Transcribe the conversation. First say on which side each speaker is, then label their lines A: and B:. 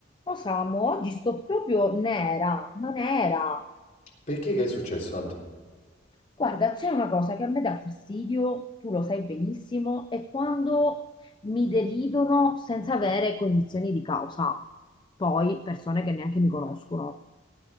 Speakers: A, on the left (about 25°); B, on the left (about 40°).
A: Oh Samu, oggi sto proprio nera, ma nera.
B: Perché che è successo, Anto?
A: Guarda, c'è una cosa che a me dà fastidio, tu lo sai benissimo, è quando mi deridono senza avere cognizioni di causa. Poi persone che neanche mi conoscono.